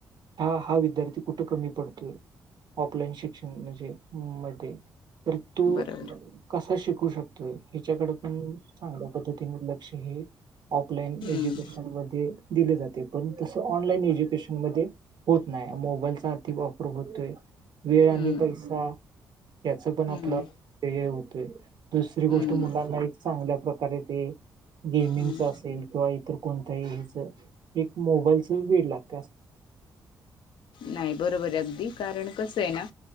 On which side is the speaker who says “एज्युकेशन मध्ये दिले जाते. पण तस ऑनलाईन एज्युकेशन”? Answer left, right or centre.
Right